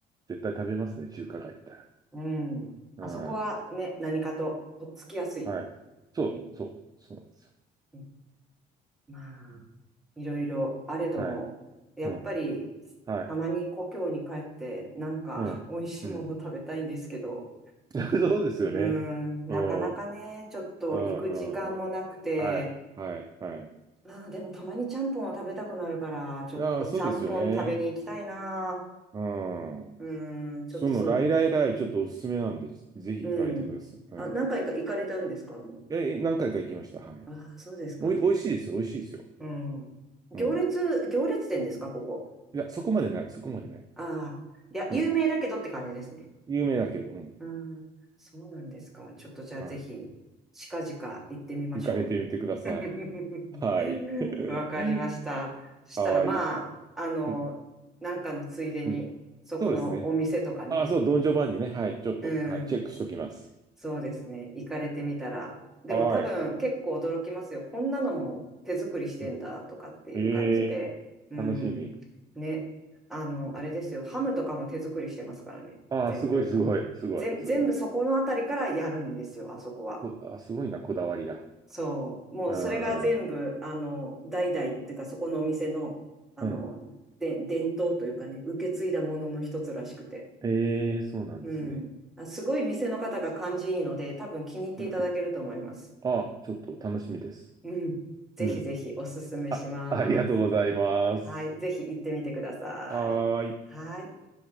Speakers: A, on the right (about 20°); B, in the centre.
A: 絶対食べますね、中華街行ったら。
B: うん。
A: うん。
B: あそこはね、何かと、とっつきやすい。
A: はい。そう、
B: うん。
A: そう、そうなんですよ。
B: うんまあ、いろいろあれども、
A: はい。
B: やっぱり、
A: うん。はい。
B: たまに故郷に帰って、なんか、
A: うん。
B: <laughs> 美味しいもの食べたいんですけど、
A: うん。<laughs> そうですよね。
B: うーん、なかなかね、
A: うん。うん、
B: ちょっと行く時間もなくて、
A: うん、うん。はい。はい。はい。
B: あー、でもたまにちゃんぽんは食べたくなるから、ちょっとちゃんぽん食べに行きたいな。
A: ああ、そうですよね。うん。
B: うーん、ちょっとその、
A: その、ライライライ、ちょっとおすすめなんで、ぜひ行かれてください。
B: うん。
A: うん。
B: あ、何回か行かれたんですか、も
A: え、何回か行きました。はい。
B: う。ああ、そうですか。
A: おい、美味しいですよ、美味しいですよ。
B: うん。行列、
A: うん。
B: 行列店ですか、ここ。
A: いや、そこまでない、そこまでない。
B: ああ、いや、
A: うん。
B: 有名だけどって感じですね。
A: 有名だけど、うん。
B: うん、そうなんですか。ちょっとじゃあぜひ、
A: はい
B: 近々行ってみましょう。
A: 行かれてみてください。
B: <laughs>
A: はい。<laughs>
B: わかりました。そしたらまあ、
A: はい。
B: あの、
A: うん
B: なんかのついでに、
A: うん。
B: そこのお店とかね。
A: そうですね。あ、そう、ドンジョバンニね。はい。ちょっと、
B: うん、
A: はい、チェックしときます。
B: そうですね。行かれてみたら。でも多分結構驚きますよ。
A: はい。
B: こんなのも手作りしてんだとかっていう感じで。
A: うんええ
B: うん、
A: 楽しみ。
B: ね。あの、あれですよ。ハムとかも手作りしてますからね。
A: ああ、
B: 全部。
A: すごい、すごい、すごい、
B: 全全部そこのあたりからやるんですよ、
A: すごい。
B: あそこは。
A: こ、あ、すごいな、こだわりが。
B: そう。もうそれが全部、
A: うん。
B: あの、代々っていうか、そこのお店の、あの、
A: うん。
B: で、伝統というかね、受け継いだものの一つらしくて。
A: ええそうなんですね。
B: うん。あ、すごい店の方が感じいいので、多分気に入っていただけると思います。
A: うん。ああ、ちょっと楽しみです。
B: うん。ぜひぜひおすすめします。
A: うん。あ、ありがとうございます。
B: はい。ぜひ行ってみてください。
A: はーい。
B: はい。